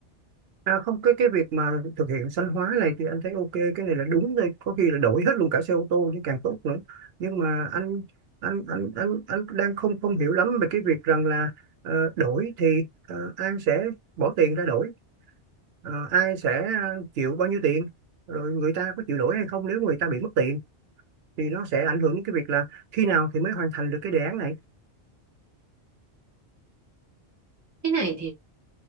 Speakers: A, on the right; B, on the right.
A: À À không, cái cái việc mà thực hiện xanh hóa này thì anh thấy ok, cái này là đúng rồi, có khi là đổi hết luôn cả xe ô tô thì càng tốt nữa. Nhưng mà anh anh anh anh anh đang không không hiểu lắm về cái việc rằng là ờ, đổi thì ờ, ai sẽ bỏ tiền ra đổi Ờ, ai sẽ ờ, chịu bao nhiêu tiền rồi người ta có chịu đổi hay không nếu người ta bị mất tiền thì nó sẽ ảnh hưởng đến cái việc là khi nào thì mới hoàn thành được cái đề án này
B: Cái này thì